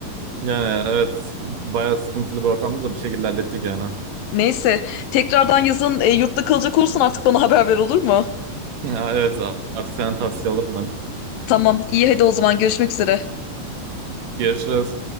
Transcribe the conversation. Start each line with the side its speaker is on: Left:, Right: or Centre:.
Right: Yani evet bayağı sıkıntılı bir ortamda da bir şekilde hallettik yani.
Left: Neyse tekrardan yazın e, yurtta kalacak olursan artık bana haber ver olur mu?
Right: <laughs> Evet artık senden tavsiye alırım ben.
Left: Tamam, iyi hadi o zaman görüşmek üzere.
Right: Görüşürüz.